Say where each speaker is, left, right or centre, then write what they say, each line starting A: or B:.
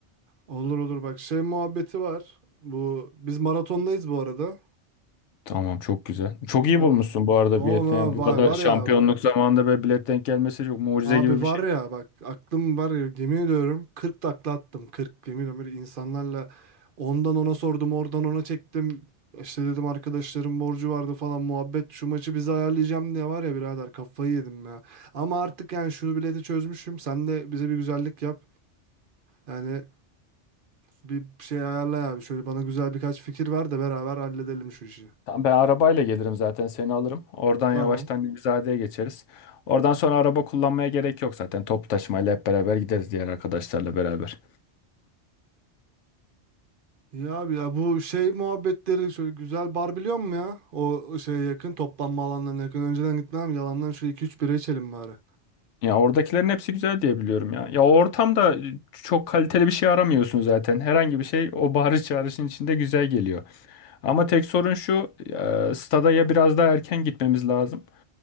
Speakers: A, on the right; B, on the left.
A: olur olur bak şey muhabbeti var bu biz maratondayız bu arada.
B: Tamam çok güzel. Çok iyi
A: Ha.
B: bulmuşsun bu arada
A: Oğlum
B: bileti.
A: ha,
B: Yani bu
A: vay
B: kadar
A: var
B: şampiyonluk
A: ya
B: zamanında böyle bilet denk gelmesi çok mucize
A: Abi
B: gibi bir
A: var
B: şey.
A: ya bak aklım var ya yemin ediyorum 40 takla attım 40 yemin ediyorum böyle insanlarla ondan ona sordum oradan ona çektim işte dedim arkadaşlarım borcu vardı falan muhabbet şu maçı bize ayarlayacağım diye var ya birader kafayı yedim ya ama artık yani şu bileti çözmüşüm sen de bize bir güzellik yap yani bir şey ayarla abi şöyle bana güzel birkaç fikir ver de beraber halledelim şu işi.
B: Tamam ben arabayla gelirim zaten seni alırım. Oradan
A: Tamam.
B: yavaştan Nevizade'ye geçeriz. Oradan sonra araba kullanmaya gerek yok zaten. Toplu taşımayla hep beraber gideriz diğer arkadaşlarla beraber.
A: Ya abi ya bu şey muhabbetleri şöyle güzel bar biliyor musun ya? O şeye yakın toplanma alanlarına yakın. Önceden gitmem yalandan şu iki üç bira içelim bari.
B: Ya oradakilerin hepsi güzel diye biliyorum ya. Ya o ortamda çok kaliteli bir şey aramıyorsun zaten. Herhangi bir şey o bağırış çağrışın içinde güzel geliyor. Ama tek sorun şu, e, stada ya biraz daha erken gitmemiz lazım.